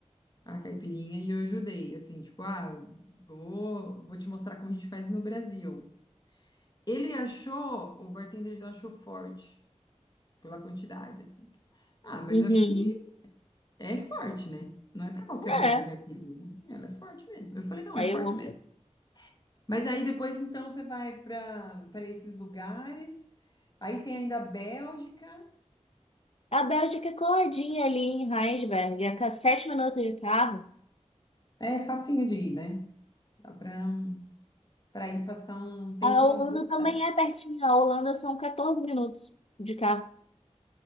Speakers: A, on the left (about 35°); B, on the left (about 55°).
A: a caipirinha e eu ajudei, assim, tipo, ah, vou, vou te mostrar como a gente faz no Brasil. Ele achou, o bartender já achou forte pela quantidade, assim. Ah, mas
B: Uhum.
A: eu acho que É forte, né? Não é pra qualquer um
B: É,
A: nossa caipirinha. Ela é forte mesmo. Eu falei, não,
B: aí
A: é forte
B: eu amo.
A: mesmo. Mas aí depois, então, você vai para para esses lugares. Aí tem ainda a Bélgica.
B: A Bélgica é coladinha ali em Rheinsberg, é a sete minutos de carro.
A: É facinho de ir, né? Dá pra, pra ir passar um tempo
B: A Holanda
A: nas duas cidades.
B: também é pertinho. A Holanda são 14 minutos de carro.